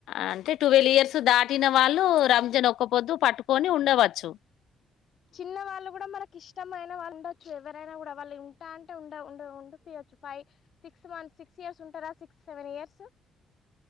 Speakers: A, on the left (about 80°); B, on the left (about 55°).
A: అంటే ట్వెల్వ్ ఇయర్స్ దాటిన వాళ్ళు రంజన్ ఒక్క పొద్దు పట్టుకొని ఉండవచ్చు
B: చిన్న వాళ్ళు కూడా మనకి ఇష్టమైన ఉండొచ్చు ఎవరైనా కూడా వాళ్ళు ఉంటా అంటే ఉండపియచ్చు five six months six years ఉంటారా సిక్స్ సెవెన్ ఇయర్స్